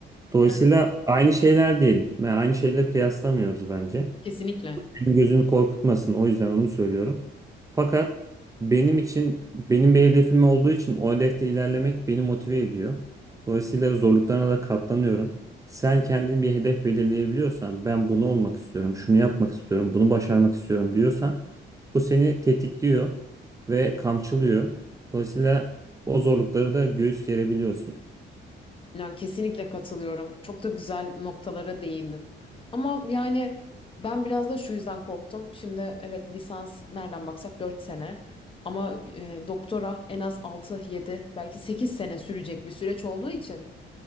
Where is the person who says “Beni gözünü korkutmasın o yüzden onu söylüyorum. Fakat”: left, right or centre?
Right